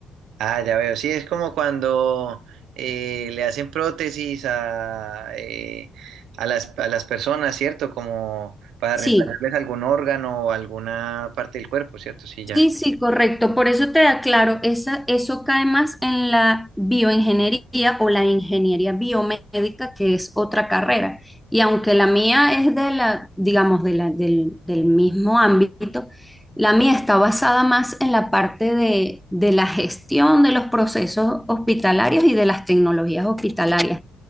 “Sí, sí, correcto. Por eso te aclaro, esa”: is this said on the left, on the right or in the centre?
Centre